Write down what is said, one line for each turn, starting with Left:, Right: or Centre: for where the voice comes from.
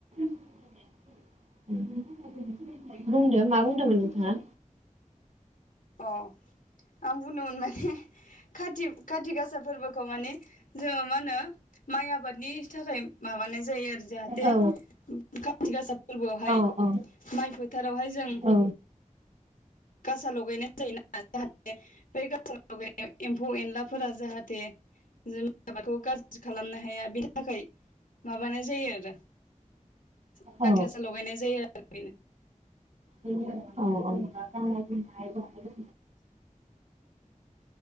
Right: <unintelligible> बुंदो मा बुंदोंमोन नोंथाङा?
Left: अ आं बुंदोंमोन माने खाथि खाथि गासा फोरबोखौ मानि जोङो मा होनो माइ आबादनि थाखाय माबानाय जायो आरो जाहाथे
Right: औ
Left: खाथि गासा फोरबोआवहाय
Right: औ औ
Left: माइ फोथारावहाय जों
Right: औ
Left: गासा लगायनाय जायोना जाहाथे बै गा सा लगायनाया एम्फौ एनलाफोरा जाहाथे <unintelligible> माबाखौ गाज्रि खालामनो हाया। बिनि थाखाय माबानाय जायो आरो‌ खाथिगासा
Right: औ
Left: लगायनाय जायो आरो बेनो।
Right: बेनो जेनोबा औ औ ओ गाननाय जोमनाय जानाय लों <unintelligible>